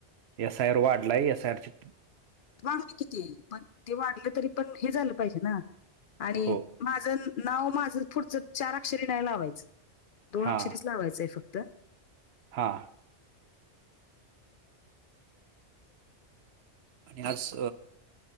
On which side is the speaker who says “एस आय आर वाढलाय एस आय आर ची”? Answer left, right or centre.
Right